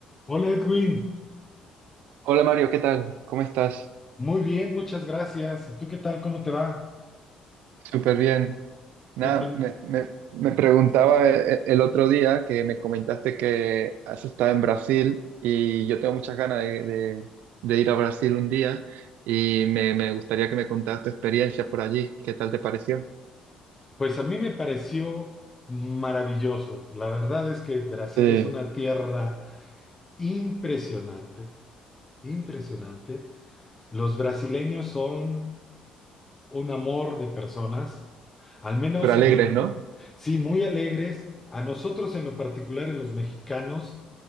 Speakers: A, on the left; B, on the right.
A: Hola Edwin,
B: Hola Mario, ¿qué tal? ¿Cómo estás?
A: muy bien, muchas gracias. ¿Y tú qué tal? ¿Cómo te va?
B: Súper bien. Nada,
A: ¿Qué tal?
B: me, me- me preguntaba eh, eh, el otro día que me comentaste que has estado en Brasil y yo tengo muchas ganas de, de- de ir a Brasil un día y me, me gustaría que me contaras tu experiencia por allí. ¿Qué tal te pareció?
A: Pues a mí me pareció maravilloso. La verdad es que Brasil
B: Sí,
A: es una tierra impresionante, impresionante. Los brasileños son un amor de personas, al menos,
B: pero alegres,
A: a no-
B: ¿no?
A: sí, muy alegres. A nosotros en lo particular, en los mexicanos,